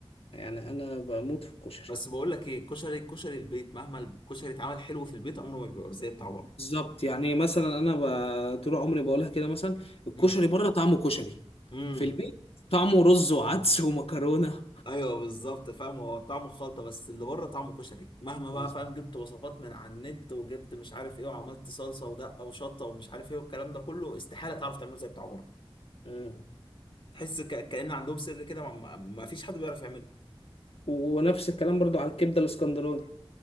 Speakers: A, on the left (about 70°); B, on the left (about 55°).
A: يعني انا بموت في الكشري
B: بس بقول لك ايه كشري كشري البيت مهما الكشري اتعمل حلو في البيت عمره ما بيبقى زي بتاع بره
A: بالظبط يعني مثلا انا ب- طول عمري بقولها كده مثلا الكشري
B: امم
A: بره طعمه كشري
B: امم
A: في البيت طعمه رز وعدس <laughs> ومكرونه
B: ايوه بالظبط فاهم هو طعمه خلطه بس اللي بره طعمه كشري مهما بقى
A: بس-
B: فاهم جبت وصفات من على النت وجبت مش عارف ايه وعملت صلصه ودقه وشطه ومش عارف ايه والكلام ده كله استحاله تعرف تعمله زي بتاع بره
A: مم.
B: تحس ك... كأن عندهم سر كده ما... ما ما فيش حد بيعرف يعمله
A: ونفس الكلام برضو على الكبده الاسكندراني